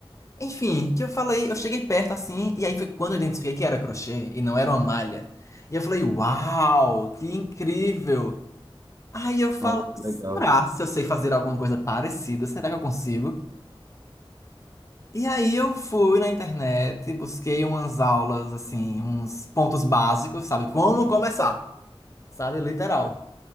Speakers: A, on the left; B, on the right.
A: Enfim, que eu falei, eu cheguei perto assim, e aí foi quando eu identifiquei que era crochê e não era uma malha. E eu falei, uau, que incrível! Aí eu falo,
B: Nossa, que
A: será
B: legal.
A: se eu sei fazer alguma coisa parecida? Será que eu consigo? E aí eu fui na internet, busquei umas aulas, assim, uns pontos básicos, sabe? Como começar, sabe? Literal.